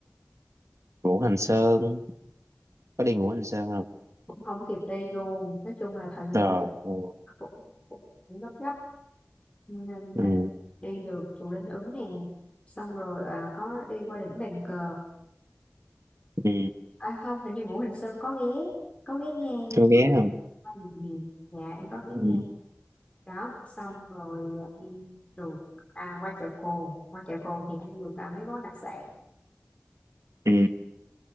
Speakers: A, on the right; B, on the left.
A: ngũ hành sơn có đi ngũ hành sơn không
B: cũng không kịp đi luôn. Nói chung là thời gian
A: Rồi,
B: nó
A: ừ,
B: cũng cũng, cũng gấp gấp nên,
A: ừ,
B: nên đi được chùa Linh Ứng nè. Xong rồi à, có đi qua đỉnh Bàn Cờ
A: ừ,
B: à, không hình như Ngũ Hành Sơn có ghé có ghé nghe nhưng
A: có ghé
B: mà
A: không?
B: không được nhiều dạ em có ghé
A: Ừ,
B: nghe đó xong rồi à, đi ruột à qua chợ Cồn qua chợ Cồn thì ăn được à, mấy món đặc sản
A: ừ.